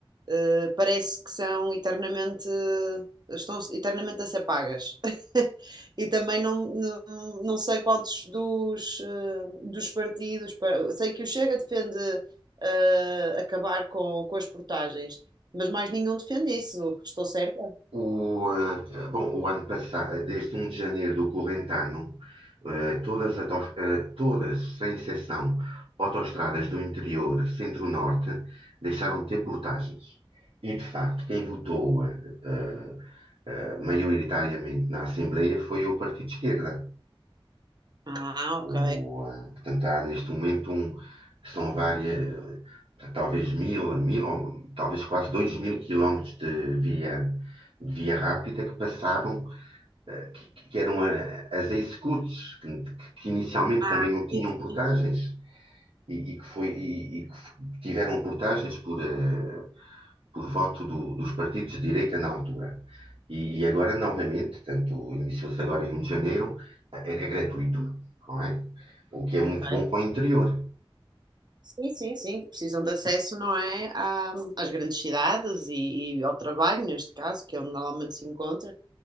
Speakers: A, on the right; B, on the right.
A: eh, parece que são eternamente, estão eternamente a ser pagas. <laughs> E também não, não, não sei qual dos, dos, eh, dos partidos, pa- sei que o Chega defende eh, acabar com, com as portagens, mas mais nenhum defende isso, estou certa?
B: O, eh, bom, o ano passado, desde 1 de janeiro do corrente ano, eh, todas, as autos- eh, todas, sem exceção, autoestradas do interior, centro-norte, deixaram de ter portagens. E, de facto, quem votou eh, eh, eh, maioritariamente na Assembleia foi o Partido de Esquerda.
A: Ah,
B: Ou,
A: ok.
B: ah, portanto, há neste momento um, são várias, ah, talvez mil, mil, ou talvez quase dois mil quilómetros de via, de via rápida que passavam, ah, que, que eram ah, as ex-scouts, que, que inicialmente
A: Ah,
B: também não tinham
A: sim,
B: portagens
A: sim.
B: e, e que foi, e, e que tiveram portagens por, ah, por voto do- dos partidos de direita na altura. E, e agora, novamente, tanto iniciou-se agora em 1 de janeiro, é, é é gratuito, não é? O que
A: Ok.
B: é muito bom para o interior.
A: Sim, sim, sim, que precisam de acesso, não é, à- às grandes cidades e, e ao trabalho, neste caso, que é onde normalmente se encontra.